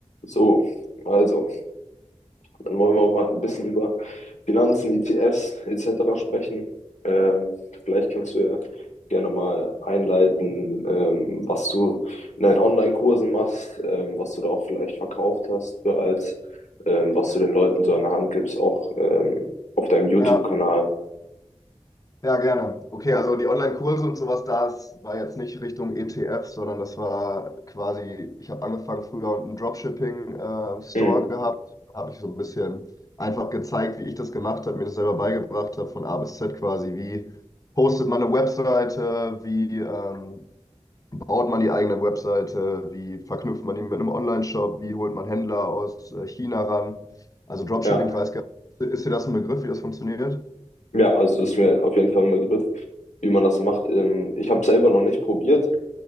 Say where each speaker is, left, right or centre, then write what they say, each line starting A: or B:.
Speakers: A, on the left; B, on the left.
A: So, also, dann wollen wir mal ein bisschen über Finanzen, ETFs etc. sprechen. Ähm, vielleicht kannst du ja gerne mal einleiten, ähm, was du in deinen Online-Kursen machst, ähm, was du da auch vielleicht verkauft hast bereits, ähm, was du den Leuten so an der Hand gibst, auch ähm, auf deinem YouTube-Kanal.
B: Ja, ja, gerne. Okay, also die Online-Kurse und sowas, das war jetzt nicht Richtung ETF, sondern das war quasi, ich habe angefangen früher einen Dropshipping-Store
A: Mhm.
B: gehabt, habe ich so ein bisschen einfach gezeigt, wie ich das gemacht habe, mir das selber beigebracht habe, von A bis Z quasi, wie hostet man eine Webseite, wie ähm, baut man die eigene Webseite, wie verknüpft man die mit einem Online-Shop, wie holt man Händler aus äh, China ran. Also Dropshipping,
A: Ja,
B: ich weiß gar nicht, ist dir das ein Begriff, wie das funktioniert?
A: ja, also ist mir auf jeden Fall ein Begriff, wie man das macht. Ähm, ich habe selber noch nicht probiert.